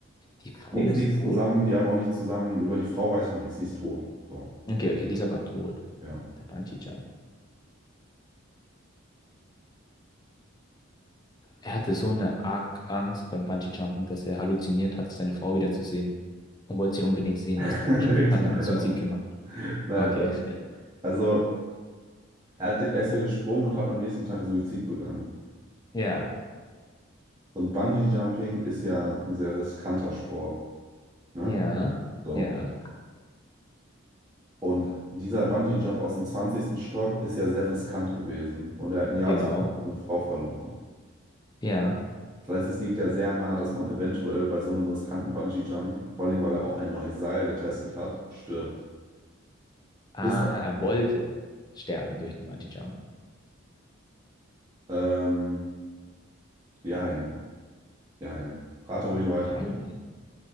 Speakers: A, on the left; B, on the right.
A: Die Frau
B: Nix,
A: ist
B: nix
A: tot?
B: zusammen, die haben auch nicht zusammen, über die Frau weiß ich nichts, die ist tot. So,
A: Okay, okay, dieser war tot.
B: ja.
A: Der Bungee-Jump. Er hatte so eine arg Angst beim Bungee-Jumpen, dass er halluziniert hat, seine Frau wiederzusehen und wollte sie unbedingt sehen,
B: <laughs>
A: ist dann, gesch- hat
B: Nein,
A: dann Suizid
B: auch
A: gemacht.
B: nicht. Nein,
A: Ah, Okay.
B: auch
A: <laughs>
B: nicht. Also, er hat, er ist ja gesprungen und hat am nächsten Tag Suizid begangen.
A: Ja,
B: So. Und Bungee-Jumping ist ja ein sehr riskanter Sport, ne?
A: ja,
B: So.
A: ja,
B: Und dieser Bungee-Jump aus dem zwanzigsten Stock ist ja sehr riskant gewesen und er hat ein Jahr
A: genau.
B: zuvor seine Frau verloren.
A: Ja.
B: Das heißt, es liegt ja sehr nahe, dass man eventuell bei so einem riskanten Bungee-Jump, vor allem weil er auch ein neues Seil getestet hat, stirbt.
A: Ah,
B: Ist er aber
A: er
B: nicht.
A: wollte sterben durch den Bungee-Jump.
B: Ähm, jein, jein. Rate ruhig weiter.
A: Jein.